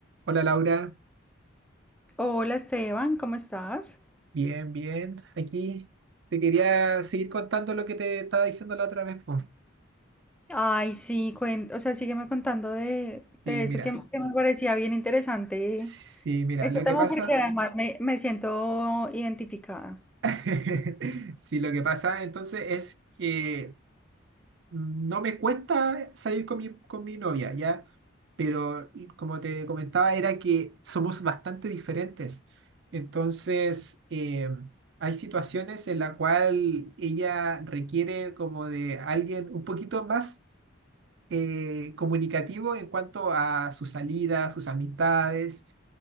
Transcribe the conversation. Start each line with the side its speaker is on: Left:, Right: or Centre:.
Right: Hola Laura,
Centre: Hola Esteban, ¿cómo estás?
Right: bien, bien. Aquí te quería seguir contando lo que te estaba diciendo la otra vez. Por.
Centre: Ay, sí, cuen- o sea, sígueme contando de,
Right: Sí,
Centre: de eso
Right: mira,
Centre: que, que me parecía bien interesante
Right: sí, mira,
Centre: ese
Right: lo
Centre: tema
Right: que pasa,
Centre: porque además me, me siento identificada.
Right: <laughs> sí, lo que pasa entonces es que no me cuesta salir con mi, con mi novia, ¿ya? Pero como te comentaba, era que somos bastante diferentes. Entonces, eh, hay situaciones en la cual ella requiere como de alguien un poquito más eh, comunicativo en cuanto a sus salidas, sus amistades.